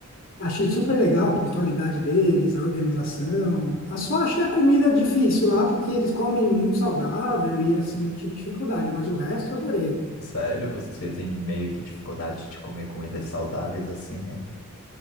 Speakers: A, on the left; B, on the left.
A: achei super legal a pontualidade deles, a organização. Ah, Só achei a comida difícil lá, porque eles comem muito saudável e assim, eu tive dificuldade, mas o resto eu adorei.
B: Sério, você tem meio que dificuldade de comer comidas saudáveis assim, né?